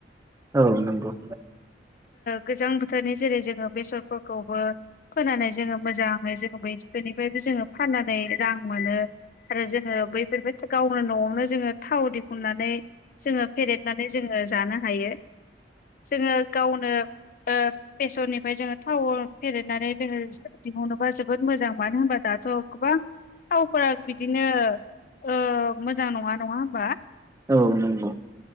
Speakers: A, on the right (about 15°); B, on the left (about 45°).
A: औ
B: गोजां बोथोरनि जेरै जोङो बेसरफोरखौबो फोनानै जोङो मोजाङै जोङो बेफ्रायबो जोङो फाननानै रां मोनो आरो जोङो बैफोरखौबो न'आवनो जोङो थाव दिहुननानै जोङो फेरेदनानै जोङो जानो हायो। जोङो गावनो ओ बेसरनिफ्राय जोङो थाव फेरेनानै जोङो दिहुनोबा जोबोद मोजां मानो होनबा दाथ' गोबां थावफोरा बिदिनो ओ मोजां नङा नङा होमबा
A: औ नंगौ